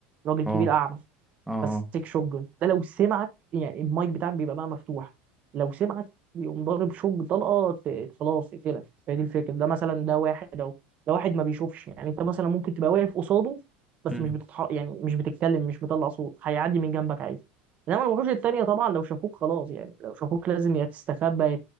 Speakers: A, on the right (about 30°); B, in the centre.
A: راجل كبير
B: اه
A: اعمى
B: اه
A: ماسك
B: اه
A: شوت ده لو سمعك يعني المايك بتاعك بيبقى بقى مفتوح لو سمعك يقوم ضارب شوت طلقه ت- خلاص اقتلك فهي دي الفكره ده مثلا ده واحد اهو ده واحد ما بيشوفش يعني انت مثلا ممكن تبقى واقف قصاده بس
B: امم
A: مش بتتح... يعني مش بتتكلم مش مطلع صوت هيعدي من جنبك عادي انما الوحوش التانية طبعا لو شافوك خلاص يعني لو شافوك لازم يا تستخبى يا